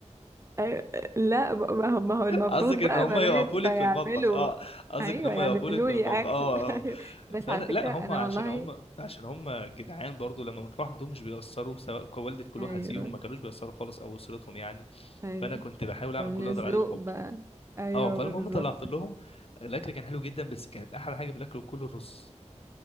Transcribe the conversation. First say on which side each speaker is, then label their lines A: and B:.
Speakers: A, on the right; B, on the left.
A: أيوة. لا ب- ما هو ما هو المفروض
B: قصدك ان
A: بقى
B: هم
A: بنات
B: يقفوا
A: فيعملوا
B: لك في المطبخ اه قصدك
A: ايوه
B: ان هم
A: يعملوا
B: يقفوا لك في
A: لي
B: المطبخ
A: اكل
B: اه
A: <laughs> ايوه
B: اه
A: بس
B: فانا
A: على
B: لا
A: فكره
B: هم
A: انا
B: عشان
A: والله
B: هم عشان هم جدعان برضو لما بنروح عندهم مش بيأثروا سواء ك- والدة كل
A: ايوه
B: واحد فيهم ما كانوش بيأثروا خالص او اسرتهم يعني
A: ايوه
B: فانا كنت بحاول اعمل
A: فمن
B: كل اللي
A: الذوق
B: اقدر عليه بحب
A: بقى ايوه
B: اه فلما
A: بالظبط
B: هم طلعت لهم الاكل كان حلو جدا بس كانت احلى حاجه في الاكل كله الرز